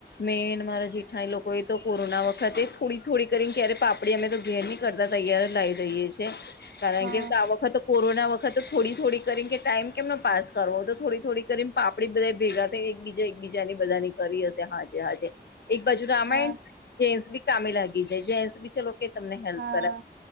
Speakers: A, on the left (about 70°); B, on the right (about 85°).
A: મેન મારા જેઠાણી લોકો એ તો કોરોના વખતે થોડી થોડી કરીને ક્યારે પાપ. અમે તો ઘેર ની કરતા તૈયાર લા‌ઇ દ‌ઇએ છે. કારણ
B: હા
A: કે આ વખત કોરોના વખત થોડી થોડી કરીને કે ટાઈમ કેમનો પાસ. કરવો તો થોડી થોડી કરી પાપડી બધા ભેગા થાય એકબીજાં એકબીજાં ત્યાની બધાની કરી હશે હાજે હાજે એક બાજુ રામાયણ
B: હા
A: જેન્ટસ બી કામે લાગી જાય જેન્ટસ બી ચલો કે તમને હેલ્પ
B: હા
A: કરાવ.